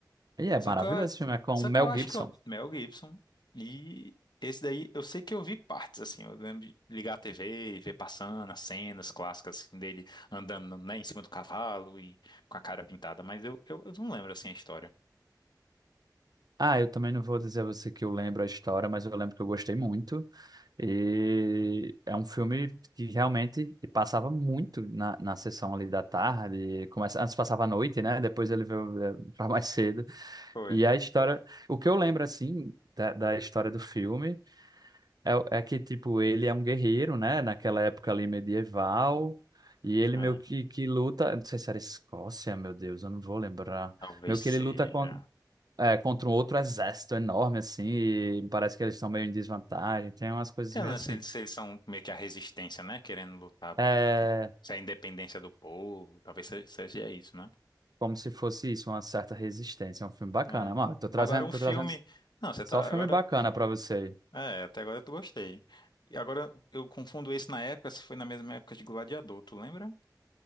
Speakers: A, on the right (about 60°); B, on the left (about 75°).
A: E é
B: Só
A: maravilhoso
B: que eu,
A: esse filme. É com
B: só
A: o Mel
B: que eu acho
A: Gibson.
B: que eu, Mel Gibson e esse daí eu sei que eu vi partes assim, eu lembro de ligar a TV e ver passando as cenas clássicas assim, dele andando né, em cima do cavalo e com a cara pintada, mas eu, eu, eu não lembro assim a história.
A: Ah, eu também não vou dizer a você que eu lembro a história, mas eu lembro que eu gostei muito. E é um filme que realmente passava muito na, na sessão ali da tarde. Começa, antes passava à noite, né? Depois ele veio eh, <laughs> pra mais cedo.
B: Foi.
A: E a história. O que eu lembro, assim, da, da história do filme é, o- é que, tipo, ele é um guerreiro, né? Naquela época ali medieval. E ele
B: É,
A: meio que, que luta. Não sei se era Escócia, meu Deus, eu não vou lembrar.
B: talvez
A: Meio que
B: seja.
A: ele luta com, é, contra um outro exército enorme, assim. E parece que eles estão meio em desvantagem. Tem umas coisas
B: Eu
A: meio
B: não
A: assim.
B: sei se eles são meio que a resistência, né? Querendo lutar.
A: É
B: Se é a independência do povo, talvez se- seja isso, né?
A: como se fosse isso, uma certa resistência. É um filme bacana,
B: É.
A: mano. Tô trazendo,
B: Agora um
A: tô
B: filme.
A: trazendo
B: Não, você
A: só
B: tá.
A: filme
B: Agora.
A: bacana pra você.
B: É, até agora eu tô gostei. E agora eu confundo esse na época, se foi na mesma época de Gladiador, tu lembra?